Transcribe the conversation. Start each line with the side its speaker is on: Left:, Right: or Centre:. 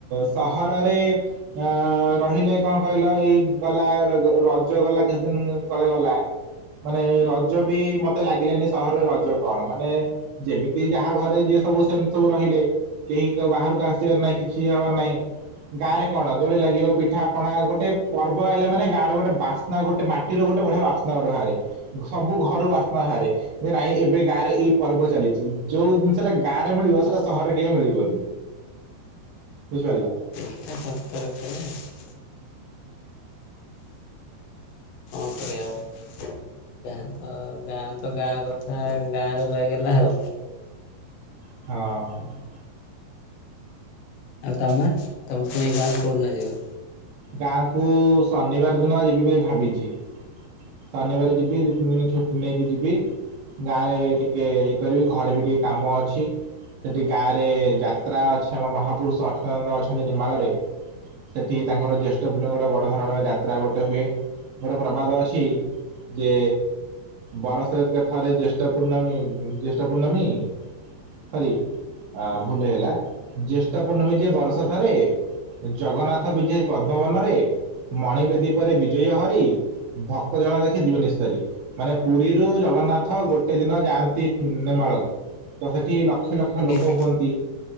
Right: ସହର ରେ ଅ ରହିଲେ କଣ କହିଲ ଏଇ ଗଲା ରଜ ଗଲା କିଛି ଦିନ ତଳେ ଗଲା। ମାନେ ରଜ ବି ମତେ ଲାଗିଲାନି ସହରରେ ରଜ କଣ ମାନେ ଯେମିତି ଯାହା ଘରେ ଯିଏ ସବୁ ସେମିତି ସବୁ ରହିଲେ। କେହି ବାହାରକୁ ଆସିବାର ନାହିଁ କିଛି ହବାର ନାହିଁ। ଗାଁ ରେ କଣ ଦୋଳି ଲାଗିବ ପିଠା ପଣା ଗୋଟେ ପର୍ବ ଆଇଲେ ମାନେ ଗାଁର ଗୋଟେ ବାସ୍ତ। ନା ଗୋଟେ ମାଟିର ଗୋଟେ ବଢିଆ ବାସ୍ନା ଗୋଟେ ବାହାରେ ସବୁ ଘରୁ ବାସ୍ନା ବାହାରେ। ଯେ ନାଇଁ ଏବେ ଗାଁ ରେ ଏଇ ପର୍ବ ଚାଲିଚି, ଯୋଉ ଜିନିଷଟା ଗାଁରେ ମିଳିବ ସେଟା ସହରରେ କେବେ ମିଳିବନି। ବୁଝିପାରିଲ।
Left: ହଁ ସତ କଥା। ସରି ଆଉ ଗାଁ, ତ ଗାଁ, ତ ଗାଁ, କଥା ଗାଁ ରେ ରହିଗଲା ଆଉ
Right: ହଁ।
Left: ଆଉ ତମେ ତମେ ପୁଣି ଏ ଗାଁ କୁ ଯୋଉ ଦିନ ଯିବ।
Right: ଗାଁ କୁ ଶନିବାର ଦିନ ଯିବି ବୋଲି ଭାବିଛି। ଶାନିବାର ଯିବି ଦି, ତିନି ଦିନ ଛୁଟି ନେଇକି ଯିବି। ଗାଁ ରେ ଟିକେ ଇଏ କରିବି ଘରେ ବି ଟିକେ କାମ ଅଛି। ସେଠି ଗାଁ ରେ ଯାତ୍ରା ଅଛି ଆମ ମହାପୁରୁଷ ଅଚୁତା ନନ୍ଦ ଅଛନ୍ତି ନେମାଳ ରେ। ସେଠି ତାଙ୍କର ଜ୍ୟେଷ୍ଠ <unintelligible> ଗୋଟେ ବଡ ଧରଣର ଯାତ୍ରା ଗୋଟେ ହୁଏ ଗୋଟେ ପ୍ରବାଦ ଅଛି। ଯେ ବରଶକେ ଥରେ ଜ୍ୟେଷ୍ଠ ପୂର୍ଣ୍ଣମୀ ଜ୍ୟେଷ୍ଠ ପୂର୍ଣ୍ଣମୀ ସରୀ। ଆ ଭୁଲ ହେଇଗଲା ଜ୍ୟେଷ୍ଠ ପୂର୍ଣ୍ଣମୀ ଯେ ବରସେ ଥରେ ଜଗନ୍ନା ବିଜେ ପଦ୍ମବନରେ ମଣିି ବେଦୀ ପରେ ବିଜୟ ହରି। ଭକ୍ତ ଜଳା ଦେଖେ ଜୀବେ ନିସ୍ତରୀ। ମାନେ ପୁରୀରୁ ଜଗନ୍ନାଥ ଗୋଟେ ଦିନ ଯାଆନ୍ତି ନେମାଳକୁ ତ ସେଠି ଲ ଲକ୍ଷ ଲକ୍ଷ
Left: କେକ୍
Right: ଲୋକ ହୁଅନ୍ତି।